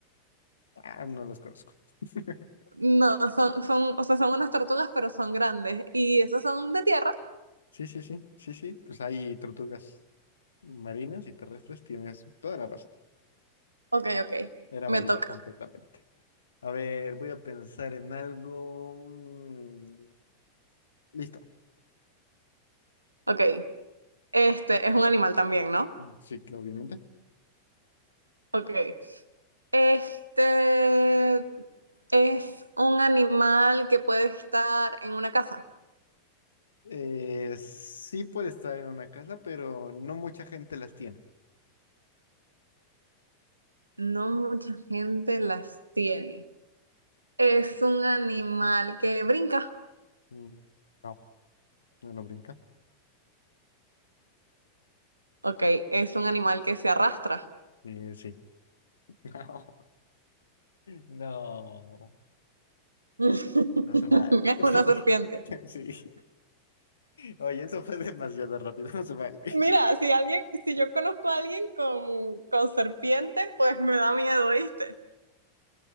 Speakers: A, on the left (about 70°); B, on the right (about 80°).
A: Ah, no las conozco. <laughs>
B: No, son, son, o sea, son unas tortugas, pero son grandes. Y esas son de tierra.
A: Sí, sí, sí, sí, sí, pues hay tortugas marinas y terrestres, tienes toda la razón.
B: Ok, ok.
A: Era
B: Me
A: válida
B: toca.
A: completamente. A ver, voy a pensar en algo. mm, Listo.
B: Ok. Este es un animal también, ¿no?
A: Sí, claro, obviamente.
B: Ok. Este es un animal que puede estar en una casa.
A: Eh, sí puede estar en una casa, pero no mucha gente las tiene.
B: No mucha gente las tiene. Es un animal que brinca.
A: Mm, No, no, no brinca.
B: Ok, es un animal que se arrastra.
A: Eh, sí. <laughs> No, no,
B: <laughs> Es
A: no se vale. <laughs>
B: una serpiente.
A: Sí. Oye, eso fue demasiado rápido, <laughs> no se vale.
B: Mira, si alguien, si yo conozco a alguien con, con serpiente, pues me da miedo, ¿viste?